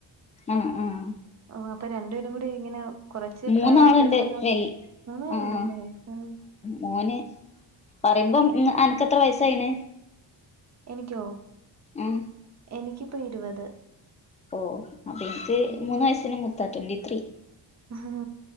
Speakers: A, on the left (about 15°); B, on the right (about 35°).
A: ആഹ് ആഹ്
B: ഓഹ് അപ്പൊ രണ്ടുപേരും കൂടി ഇങ്ങനെ കൊറച്ച്
A: മൂന്നാളുണ്ട്
B: പ്രായ വ്യത്യാസം ഉള്ള
A: വെൽ
B: മുന് ആള്
A: ആഹ്
B: ണ്ടല്ലേ ആഹ്
A: മോന് പറയുമ്പം അനക്ക്ത്ര വയസായിണ്.
B: എനിക്കോ
A: ആഹ്
B: എനിക്കിപ്പോ ഇരുപത്.
A: ഓ അപ്പൊ എനിക്ക്
B: ഉം
A: മൂന്ന് വയസിന് മുത്ത ട്വന്റി ത്രീ.
B: ആഹ്